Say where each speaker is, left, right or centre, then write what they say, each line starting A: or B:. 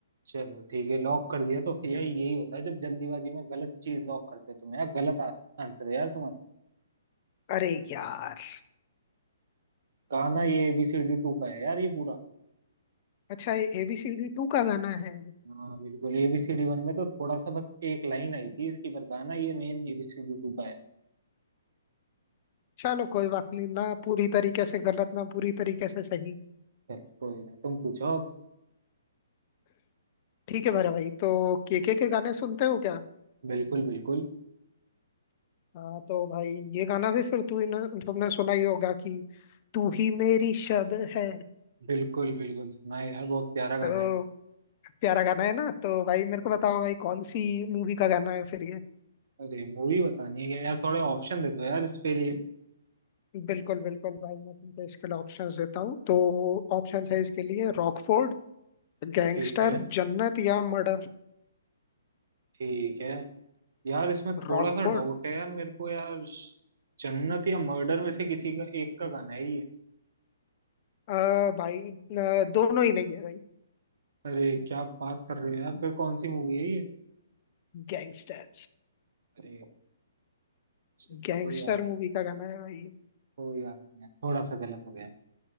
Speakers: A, on the right (about 60°); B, on the left (about 40°).
A: चलो ठीक है लॉक कर दिया तो फिर यार यही होता है जब जल्दीबाजी में गलत चीज लॉक करते हो तुम यार गलत आंसर है यार तुम्हारा
B: अरे यार
A: गाना
B: हम्म।
A: ये एबीसीडी टू का है यार ये पूरा
B: अच्छा ये एबीसीडी टू का गाना है
A: हाँ बिल्कुल एबीसीडी वन में तो थोड़ा सा बस एक लाइन आई थी इसकी पर गाना ये मेन एबीसीडी टू का है
B: चलो कोई बात नहीं ना पूरी तरीके से गलत ना पूरी तरीके से सही
A: चलो कोई ना तुम पूछो अब
B: ठीक है मेरे भाई तो केके के गाने सुनते हो क्या
A: बिल्कुल बिल्कुल
B: हाँ तो भाई ये गाना भी फिर तू ही न- तुमने सुना ही होगा कि तू ही मेरी शब है
A: बिल्कुल बिल्कुल सुना है यार बहुत प्यारा
B: तो
A: गाना है
B: प्यारा गाना है ना तो भाई मेरे को बताओ भाई कौन सी मूवी का गाना है फिर ये
A: अरे मूवी बतानी है क्या यार थोड़े ऑप्शन दे दो यार इसके लिए
B: बिल्कुल बिल्कुल भाई मैं तुमको इसके लिए ऑप्शंस देता हूँ तो ऑप्शंस है इसके लिए रॉकफोर्ड गैंगस्टर
A: ठीक है
B: जन्नत या मर्डर
A: ठीक है यार इसमें थोड़ा
B: रॉकफोर्ड
A: सा डाउट है यार मेरे को यार जन्नत या मर्डर में से किसी का एक का गाना है ये
B: अ, भाई अ, दोनों ही नहीं है भाई
A: अरे क्या बात कर रहे हो यार फिर कौन सी मूवी है ये
B: गैंगस्टर
A: अरे चल,
B: गैंगस्टर
A: कोई बात
B: मूवी का गाना है भाई
A: कोई बात नहीं थोड़ा सा गलत हो गया